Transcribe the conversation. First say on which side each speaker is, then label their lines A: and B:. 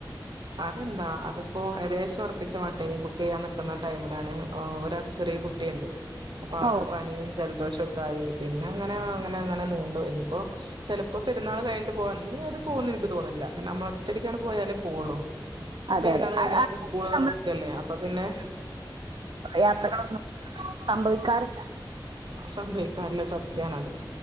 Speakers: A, on the right; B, on the right.
A: അതെന്താ അതിപ്പോ ഏകദേശം ഒറപ്പിച്ച മട്ടെ ബുക്ക് ചെയ്യാൻ നിക്കുന്ന ടൈമിലാണ് ഓഹ് ഒരാ ചെറിയ കുട്ടിയെണ്ട് അപ്പൊ അവൾക്ക്
B: ഓ
A: പനിയും ജലദോഷൊക്കായി പിന്നെ അങ്ങനെ അങ്ങനെ അങ്ങനെ നീണ്ടു പോയി ഇനിപ്പോ ചെലപ്പോ പെര്ന്നാള് കഴിഞ്ഞിട്ട് പോവാ ഇഞ്ഞ് അത് പോവ്ന്ന് എനിക്ക് തോന്നണില്ല നമ്മള് ഒറ്റടിക്കാണ്ട് പോയാലേ പോവൊള്ളൂ
B: അതെ
A: ഈ പെര്ന്നാള്
B: അതെ
A: കഴിഞ്ഞാ
B: അ-
A: നമക്ക്
B: അ-
A: സ്കൂള് തൊറക്കല്ലേ
B: നമ്മൾ
A: അപ്പപ്പിന്നെ
B: യാത്രകളൊന്നും സംഭവിക്കാറ്
A: സംഭവിക്കാറില്ല സത്യാണത്